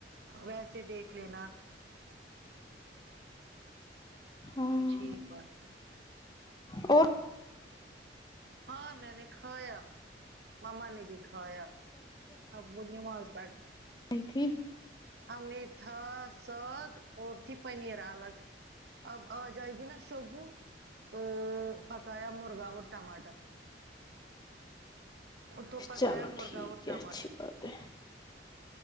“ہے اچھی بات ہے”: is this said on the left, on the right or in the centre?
Left